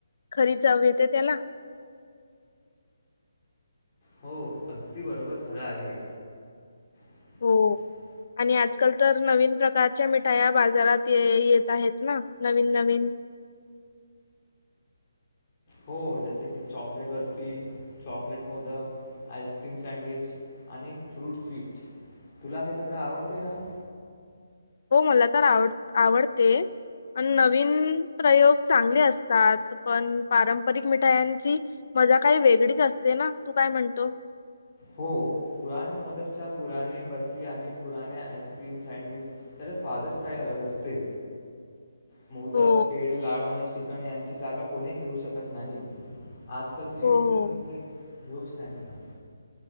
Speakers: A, on the left (about 40°); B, on the left (about 20°).
A: खरी चव येते त्याला.
B: हो अगदी बरोबर खरं आहे. <unintelligible>
A: हो. आणि आजकाल तर नवीन प्रकारच्या मिठाया बाजारात येत आहेत ना नवीन नवीन. हम.
B: हो जसे की chocolate barfi, chocolate modak, ice cream, sandwich. आणि फ्रूट स्वीट तुला हे सगळं आवडते का?
A: हो, मला तर आवड आवडते. आणि नवीन प्रयोग चांगले असतात, पण पारंपरिक मिठायांची मजा काही वेगळीच असते ना, तू काय म्हणतो?
B: हो पुराने मोदकच्या पुराने बर्फी आणि पुराणे आईस्क्रीम सँडविच स्वादचं काही अलग असते. मोदक,
A: हो
B: पेढ, लाडू आणि श्रीखंड यांची जागा कोणी घेऊ शकत नाही. आजकालची
A: हो
B: तर
A: हो.
B: मिठाई घेऊच नाही शकत.